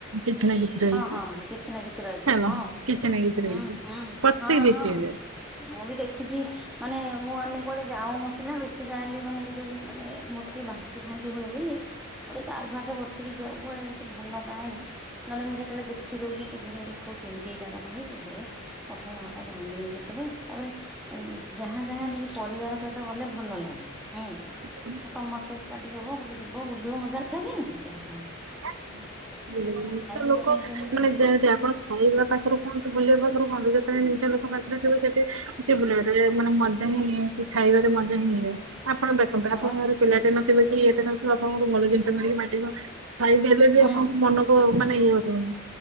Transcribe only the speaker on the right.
କିଛି ନା କିଛି ରହିଛି
ହାଲୋ
କିଛି ନାହିଁ କିଛି ନାହିଁ
ରହିଛି
ପ୍ରତ୍ୟେକ
ଦଡିଷ୍ଟ୍ରିକ୍
ରେ ଏବେ।
ହ।
<inaudible> ଏତେ ଲୋକ
ମାନେ ଯେନ୍ତେ ଆପଣ ଖାଇବା ପାଖରୁ କୁହନ୍ତୁ ବୁଲିବା ପାଖରୁ କହନ୍ତୁ ଯେତେବେଳେ ନିଜ ଲୋକ ପାଖରେ ଥିବ ସେଠି <inaudible> ବୁଲିବା <inaudible> ମାନେ ମଜ୍ <inaudible> ଖାଇବାରେ ମଜା ହିଁ ହୁଏ ଆପଣ ଦେଖନ୍ତୁ
ଆପଣଙ୍କ
ଘରେ ପିଲାଟେ ନଥିବେ କି ଇଏଟେ ନଥିବ ଆପଣଙ୍କୁ ଭଲ ଜିନିଷ <inaudible> ଖାଇ ଦେଲେ ବି
ଆପଣଙ୍କୁ ମନ ଓ ମାନେ ଇଏ ହଉନି